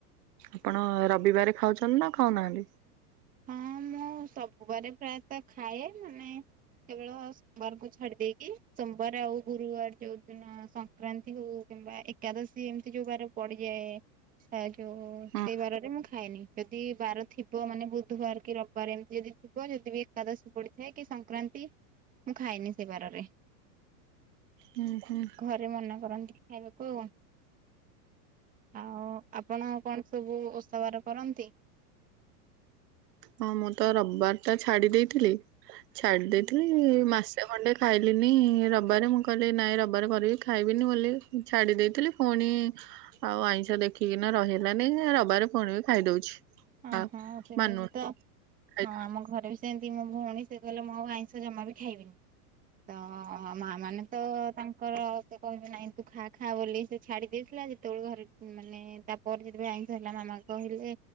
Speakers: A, on the right; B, on the right.
A: ଆପଣ ରବିବାର ଖାଉଛନ୍ତି ନା ଖାଉନାହାନ୍ତି?
B: ହଁ ମୁଁ ସବୁ ବାରେ ପ୍ରାୟତଃ ଖାଏ ମାନେ କେବଳ ସୋମବାରଙ୍କୁ ଛାଡି ଦେଇେଇକି ସୋମବାର ଆଉ ଗୁରୁବାର ଯୋଉଦିନ ସଂକ୍ରାନ୍ତି ହଉ କିମ୍ବା ଏକ୍ ଏକାଦଶୀ ଏମିତି ଯୋଉ ବାର ପଡିଯାଏ ଆ ଯୋଉ
A: ହୁଁ
B: ସେଇ ବାରରେ ମୁଁ ଖାଏନି, ଯଦି ବାର ଥିବ ମାନେ ବହୁତ ବୁଧୁବାର କି ରବିବାର ଏମିତି ଯଦି ଥିବ ଯଦି ବିି ଏକାଦଶୀ ପଡିଥାଏ କି ସଂକ୍ରାନ୍ତି ମୁଁ ଖାଏନି ସେ ବାରରେ।
A: ହୁଁ ହୁଁ।
B: ସେ ମନା କରନ୍ତି ଖାଇବାକୁ ଆଉ ଆପଣ କଣ ସବୁ ଓଷାବାର କରନ୍ତି?
A: ହଁ ମୁଁ ତ ରବିବାର ଟା ଛାଡି ଦେଇଥିଲି, ଛାଡି ଦେଇଥିଲି
B: ହୁଁ।
A: ମାସ୍‌ ସେ ଖଣ୍ଡେ ଖାଇଲିିନି ରବିବାରେ ମୁଁ କହିଲି ନାଇଁ ରବିବାର କରିବି ଖାଇବିନି ବୋଲି ଛାଡ଼ି ଦେଇଥିଲି ପୁଣି ଆଉ ଆଇଁଷ ଦେଖିକିନା ରହି ହେଲାନି ରବାରେ ପୁଣି ବି ଖାଇଦଉଛି।
B: ହଁ
A: ଆଉ
B: ହଁ ସେମିତି
A: ମାନୁନି
B: ତ
A: ଖାଇ
B: ହଁ ଆମ ଘରେ ବି ସେମିତି ମୋ ଭଉଣୀ ସେ କଲା ମୁଁ ଆଉ ଆଇଁଷ ଜମା ବି ଖାଇବିନି ତ ମାଆ ମାନେ ତ ତାଙ୍କର ସେ କହିବେ ନାଇଁ ତୁ ଖା ଖା ବୋଲି ସେ ଛାଡ଼ି ଦେଇଥିଲା, ଯେତେବେଳେ ଘରେ ମାନେ ତାପରେ ଯେତେବେଳେ ଆଇଁଷ ହେଲା ମାମା କହିଲେ